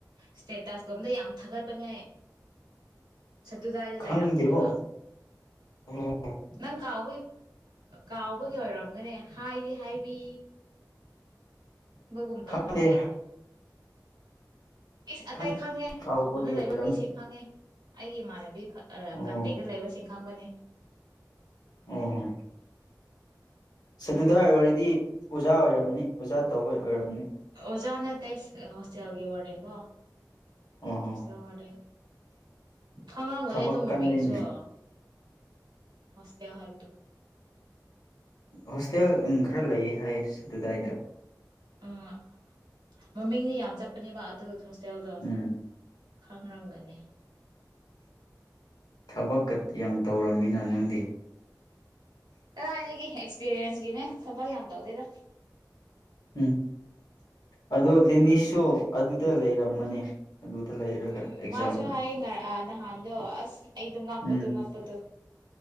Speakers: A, on the right; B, on the left.
A: ꯏꯁꯇꯦꯇꯁꯀꯨꯝꯕꯗ ꯌꯥꯝ ꯊꯥꯒꯠꯄꯅꯦ ꯁꯠꯇꯨꯗꯥꯏꯗ
B: ꯈꯪꯗꯦꯕꯣ
A: ꯂꯩꯔꯝꯕꯅꯦꯕ
B: ꯑꯣ
A: ꯅꯪ ꯀꯥꯎ ꯀꯥꯎꯕꯒꯤ ꯑꯣꯏꯔꯝꯒꯅꯤ ꯍꯥꯏꯗꯤ ꯍꯥꯏ ꯃꯤ ꯕꯣꯏꯒꯨꯝ ꯇꯧꯕꯅꯦ
B: ꯈꯪꯗꯦ
A: ꯑꯩ ꯏꯁ ꯑꯇꯩ
B: ꯈꯪ
A: ꯈꯪꯉꯦ
B: ꯀꯥꯎꯕꯒꯤ
A: ꯊꯧꯕꯜꯝꯗ ꯂꯩꯕ
B: ꯑꯣꯏꯔꯝ
A: ꯃꯤꯁꯤꯡ ꯈꯪꯉꯦ ꯑꯩꯒꯤ ꯏꯃꯥꯟꯅꯕꯤ ꯈ ꯑ
B: ꯑꯣ
A: ꯀꯟꯇꯦꯛꯒ ꯂꯩꯕꯁꯤꯡ ꯈꯥꯡꯕꯅꯦ
B: ꯑꯣ ꯍꯣ ꯁ ꯑꯗꯨꯗ ꯑꯣꯏꯔꯗꯤ ꯑꯣꯖꯥ ꯑꯣꯏꯔꯝꯅꯤ ꯑꯣꯖꯥ ꯇꯧꯕ ꯑꯣꯏꯔꯝꯅꯤ
A: ꯑꯣꯖꯥꯅ ꯇꯇꯩꯁ ꯍꯣꯁꯇꯦꯦꯜꯒꯤ ꯋꯥꯔꯗꯅꯤꯡꯒꯣ
B: ꯑꯣ ꯍꯣ
A: ꯦꯜ ꯍꯣꯇꯦꯜ ꯈꯪꯔꯝꯒꯅꯦ
B: ꯊꯕꯛ
A: ꯑꯗꯨꯝ ꯃꯃꯤꯡꯁꯨꯖꯤꯡ
B: ꯀꯜꯂꯤꯅꯦ
A: ꯀꯌꯥ ꯍꯥꯏꯕꯗ
B: ꯍꯣꯁꯇꯦꯜ ꯈꯔ ꯂꯩꯌꯦ ꯍꯥꯏ ꯑꯗꯨꯗꯥꯏꯗ
A: ꯎꯝ ꯃꯃꯤꯡꯗꯤ ꯌꯥꯝ ꯆꯞꯄ ꯄꯅꯤꯕ ꯑꯗꯨ ꯍꯣꯁꯇꯦꯜꯗꯣ
B: ꯎꯝ
A: ꯈꯪꯔꯝꯒꯅꯤ
B: ꯊꯕꯛ ꯌꯥꯝ ꯇꯧꯔꯝꯃꯤꯅ ꯅꯪꯗꯤ
A: ꯀꯗꯥꯥꯏꯗꯒꯤꯒꯦ ꯑꯦꯛꯁꯄꯤꯔꯤꯌꯦꯟꯁꯀꯤꯅꯦ ꯊꯕꯛ ꯌꯥꯝ ꯇꯧꯗꯦꯗ
B: ꯎꯝ ꯑꯣ ꯗꯦꯅꯤꯁꯁꯨ ꯑꯗꯨꯗ ꯂꯩꯔꯝꯃꯅꯤ ꯑꯗꯨꯗ ꯂꯩꯔꯒ
A: ꯎꯝ
B: ꯑꯦꯛꯖꯥꯝ
A: ꯃꯥꯁꯨ ꯍꯥꯏ ꯉ ꯅꯍꯥꯟꯗꯣ ꯑꯁ ꯑꯩꯗꯣ ꯉꯥꯛꯄꯗꯨ
B: ꯎꯝ
A: ꯉꯥꯛꯄꯗꯨ